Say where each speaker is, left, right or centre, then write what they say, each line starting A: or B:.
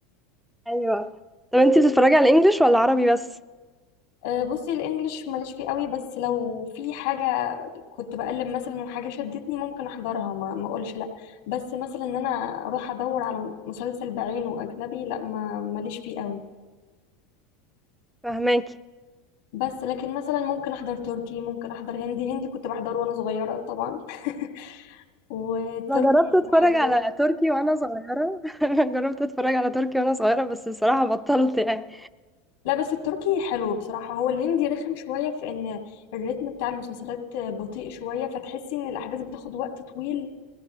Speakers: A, in the centre; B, on the left.
A: ايوه طب انتي بتتفرجي على انجليش ولا عربي بس
B: آه، بصي الانجليش ماليش فيه قوي بس لو في حاجة كنت بقلب مثلا وحاجة شدتني ممكن احضرها ما ما اقولش لا بس مثلا ان انا اروح ادور على مسلسل بعينه اجنبي لا ما ماليش فيه قوي
A: فهماكي
B: بس لكن مثلا ممكن احضر تركي ممكن احضر هندي هندي كنت بحضره وانا صغيرة طبعا <laughs> والتركي
A: انا جربت اتفرج
B: بحبه
A: على تركي وانا صغيره <laughs> جربت اتفرج على تركي وانا صغيره بس الصراحه بطلت يعني
B: لا بس التركي حلو بصراحة هو الهندي رخم شوية في ان الريتم بتاع المسلسلات بطيء شوية فتحسي ان الاحداث بتاخد وقت طويل